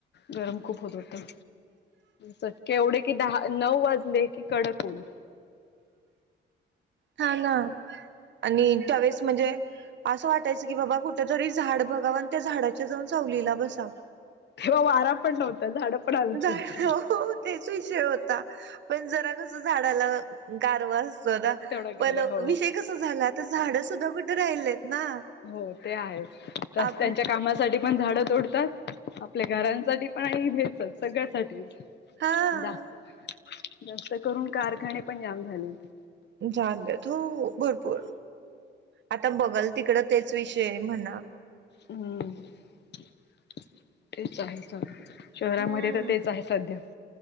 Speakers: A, on the left; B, on the right.
A: गरम खूप होत होतं. चटके एवढे की दहा नऊ वाजले की कडक ऊन.
B: हा ना आणि त्यावेळेस म्हणजे असं वाटायचं की बाबा कुठ तरी झाड बघाव आणि त्या झाडाच्या जाऊन सवलीला बसावं.
A: तेव्हा वारा पण नव्हतं, झाडं पण हलत
B: झालं
A: होती.
B: हो तेच विषय होता. पण जरा कस झाडाला गारवा असतो ना
A: तेवढा
B: पण
A: गारा हो.
B: विेष कस झालं आता झाड सुद्धा कुठे राहिले आहेत ना?
A: हो ते आहे रस्त्याच्या
B: आप
A: कामा तरी पण झाडं तोडतात आपल्या घरांसाठी पण आ भेरच सगळ्यासाठी.
B: हा
A: जास्त जास्त करून कारखाने पण जाम झालेत.
B: झालंत हो भरपूर आता बघल तिकडं तेच विषय म्हणा.
A: हम् तेच आहे सग शहरामध्ये
B: हम्म
A: तर तेच आहे सध्या